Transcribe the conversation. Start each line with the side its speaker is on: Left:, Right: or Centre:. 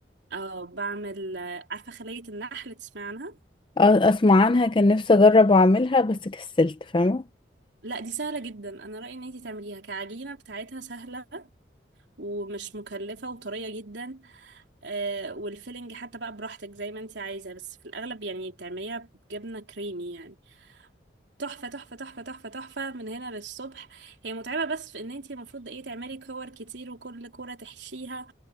Right: اه بعمل آه، عارفه خليه النحل تسمعي عنها
Left: اه اسمع عنها كان نفسي اجرب اعملها بس كسلت فاهمة
Right: لا دي سهله جدا انا رايي ان انتي تعمليها كعجينه بتاعتها سهله ومش مكلفة وطرية جدا آه والفيلنج حتى بقى براحتك زي ما انت عايزة بس في الأغلب يعني بتعمليها بجبنة كريمي يعني تحفة تحفة تحفة تحفة تحفة من هنا للصبح هي متعبة بس في ان انت المفروض ايه تعملي كور كتير وكل كورة تحشيها